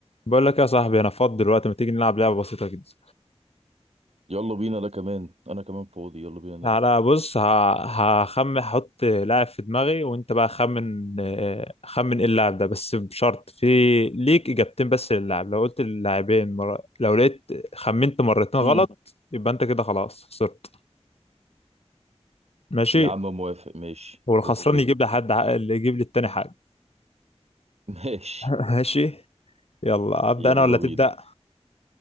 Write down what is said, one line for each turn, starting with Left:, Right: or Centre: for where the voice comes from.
Left: بقول لك يا صاحبي انا فاضي دلوقتي ما تيجي نلعب لعبه بسيطه جدا
Right: يلا بينا انا كمان انا كمان فاضي يلا بينا نلعب
Left: تعالى بص ه- هخمن هحط لاعب في دماغي وانت بقى خمن آه، خمن ايه اللاعب ده بس بشرط في ليك اجابتين بس للاعب لو قلت اللاعبين مر... لو لقيت خمنت مرتين غلط
Right: امم
Left: يبقى انت كده خلاص خسرت ماشي
Right: يا عم موافق ماشي
Left: والخسران
Right: اوكي
Left: يجيب لحد ع- اللي يجيب للتاني حاجه
Right: <laughs> ماشي
Left: <laughs> ماشي يلا ابدا
Right: يلا
Left: انا ولا تبدا
Right: بينا